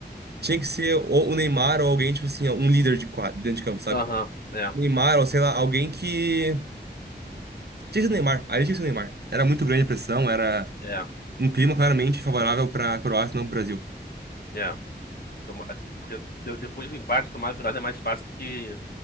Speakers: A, on the right; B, on the left.
A: tinha que ser ou o Neymar ou alguém, tipo assim, ó, um líder de quadro, dentro de campo, sabe?
B: Aham, é,
A: O Neymar, ou sei lá, alguém que. Tinha que ser o Neymar, ali tinha que ser o Neymar. Era muito grande a pressão, era
B: é,
A: um clima claramente favorável pra Croácia, não pro Brasil.
B: é. Toma- Porque de- depois do empate, tomar a virada é mais fácil do que